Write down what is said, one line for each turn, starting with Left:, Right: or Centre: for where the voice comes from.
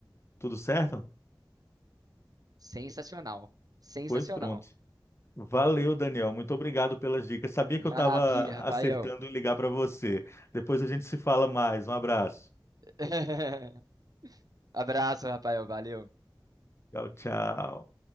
Left: Tudo certo?
Right: sensacional. Sensacional.
Left: Pois pronto. Valeu, Daniel. Muito obrigado pelas dicas. Sabia que
Right: Maravilha,
Left: eu estava acertando
Right: Rafael.
Left: em ligar para você. Depois a gente se fala mais. Um abraço.
Right: <laughs> Abraço, Rafael. Valeu.
Left: Tchau, tchau.